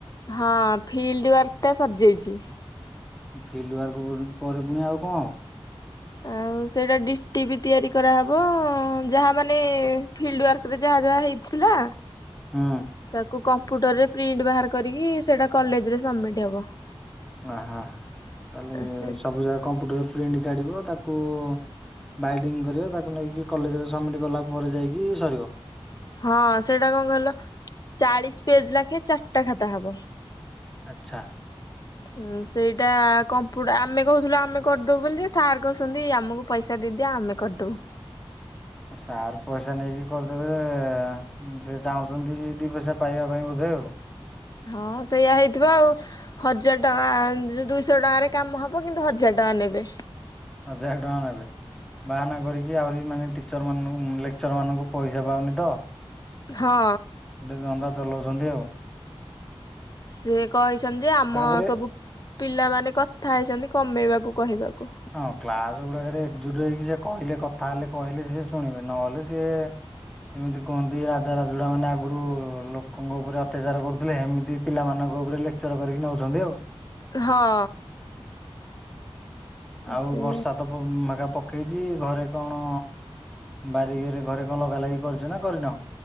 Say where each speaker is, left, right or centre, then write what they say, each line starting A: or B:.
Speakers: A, on the left; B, in the centre.
A: ହଁ, ଫିଲ୍ଡ ୱାର୍କ ଟା ସରିଯାଇଚି।
B: ଫିଲ୍ଡ ୱାର୍କ ପରେ ପୁଣି ଆଉ କଣ ହବ?
A: ଆଉ ସେଇଟା ଡିଟି ବି ତିଆରି କରାହେବ, ଯାହା ମାନେ ଫିଲ୍ଡୱାର୍କ ଏବେ ଯାହା ଯାହା ହେଇଥିଲା
B: ହୁଁ।
A: ତାକୁ କମ୍ପୁଟରରେ ପ୍ରିଣ୍ଟ ବାହାର କରିକି, ସେଟା କଲେଜରେ ସବମିଟ୍ ହବ।
B: ଅହ, ତାହଲେ
A: ସେ
B: ସବୁ ଜାଗା କମ୍ପ୍ୟୁଟର ପ୍ରିଣ୍ଟ କାଢିବ, ତାକୁ ବାଇଡିଙ୍ଗ କରିବ, ତାକୁ ନେଇକି କଲେଜରେ ସବମିଟ୍ କଲା ପରେ ଯାଇକି ସରିବ।
A: ହଁ ସେଇଟା କଣ କହିଲ? ଚାଳିଶ ପେଜ୍ ଲାଖେ ଚାରିଟା ଖାତା ହବ।
B: ଆଛା।
A: ହୁଁ, ସେଇଟା କମ୍ପୁ ଆମେ କହୁଥିଲୁ ଆମେ କରିଦବୁ ବୋଲି ଯେ, ସାର୍ କହୁଛନ୍ତି ଆମକୁ ପଇସା ଦେଇଦିଅ, ଆମେ କରିଦବୁ।
B: ସାର୍ ପଇସା ନେଇକି କରିଦେବେ, ସେ ଚାହୁଁଛନ୍ତି କି ଦି ପଇସା ପାଇବା ପାଇଁ ବୋଧେ ଆଉ।
A: ହଁ, ସେଇଆ ହେଇଥିବ ଆଉ। ହଜାର ଟଙ୍କା, ଦୁଇଶହ ଟଙ୍କାରେ କାମ ହବ କିନ୍ତୁ ହଜାର ଟଙ୍କା ନେବେ।
B: ହଜାର ଟଙ୍କା ନେବେ। ବାହାନା କରିକି, ଆହୁରି ମାନେ, ଟିଚର ମାନଙ୍କୁ, ଲେକ୍ଚର ମାନଙ୍କୁ ପଇସା ପାଉନି ତ?
A: ହଁ।
B: ଗୋଟେ ଧନ୍ଦା ଚଲଉଚନ୍ତି ଆଉ।
A: ସେ କହିଚନ୍ତି ଯେ, ଆମ
B: ତାପରେ
A: ସବୁ ପିଲାମାନେ କଥା ହେଇଚନ୍ତି କମେଇବାକୁ କହିବାକୁ।
B: ହଁ, କ୍ଲାସ ଗୁଡାକରେ ଏକଜୁଟ ହେଇକି ସେ କହିଲେ କଥା ହେଲେ କହିଲେ ସେ ଶୁଣିବେ, ନହେଲେ ସିଏ ଏମିତି କୁହନ୍ତି ରାଜା ରାଜୁଡା ମାନେ ଆଗରୁ ଲୋକଙ୍କ ଉପରେ ଅତ୍ୟାଚାର କରୁଥିଲେ, ହେମିତି ପିଲାମାନଙ୍କ ଉପରେ ଲେକ୍ଚର କରିକି ନଉଚନ୍ତି ଆଉ।
A: ହଁ।
B: ଆଉ
A: ସେ
B: ବର୍ଷା ତ ପ, ମେଘା ପ ପକେଇଚି, ଘରେ କଣ, ବାରି ଘରେ ଘରେ କଣ ଲଗା ଲାଗି କରିଚ ନା କରିନ?